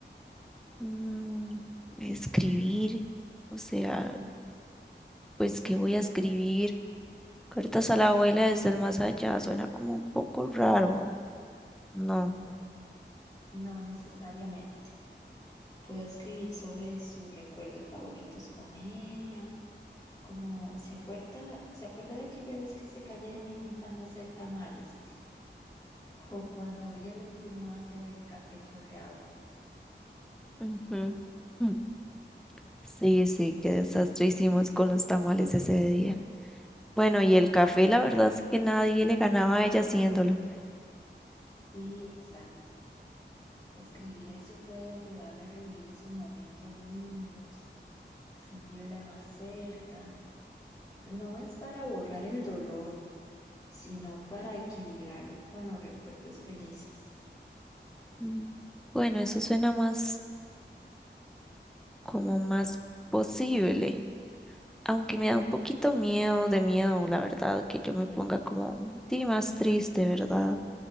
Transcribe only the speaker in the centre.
Mm, escribir, o sea,
pues ¿qué voy a escribir? Cartas a la abuela desde el más allá, suena como un poco raro, ¿no?
Ujú. Mm. Sí, sí, qué desastre hicimos con los tamales ese día. Bueno, y el café, la verdad es que nadie le ganaba a ella haciéndolo.
Mm. Bueno, eso suena más como más posible, aunque me da un poquito miedo, de miedo, la verdad, que yo me ponga como sí, más triste, ¿verdad?